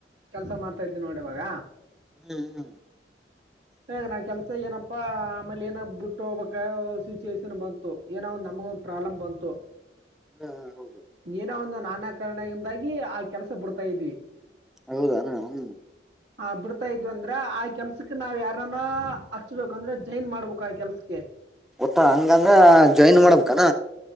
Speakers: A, on the right; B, in the centre.
A: ಕೆಲ್ಸ ಮಾಡ್ತಾ ಇದ್ವಿ ನೋಡಿ ಇವಾಗ
B: ಹ್ಮ್ ಹ್ಮ್
A: ಹಗ ನಾ ಕೆಲ್ಸ ಏನಪ್ಪಾ ಆಮೇಲೆ ಏನ ಬಿಟ್ಟು ಹೋಗ್ಬೇಕ ಸಿಚುವೇೇಶನ್ ಬಂತ ಏನೋ ಒ ನಮ್ಗ ಒಂದು ಪ್ರಾಬ್ಲಮ್ ಬಂತು
B: ಹ್ಮ್ ಹೌದು
A: ನೀಏನೋ ಒಂದು ನಾನಾಕರಣೆಯಿಂದಾಗಿ ಆ ಕೆಲಸ ಬಿಡ್ತಾ ಇದ್ವಿ
B: ಹೌದಣ ಹ್
A: ಆ ಬಿಡ್ತಾ ಇದ್ವಿ ಅಂದ್ರ ಆ ಕೆಲ್ಸಕ್ ನಾವ್ ಯಾರಾನ ಹಚ್ಬೇಕಂದ್ರೆ ಜೈನ್ ಮಾಡ್ಬೇಕು ಆ ಕೆಲ್ಸಕ್ಕೆ
B: ಟ್ಟ ಹಂಗಂದ್ರ ಜಾಯಿನ್ ಮಾಡ್ಬೇಕಾನ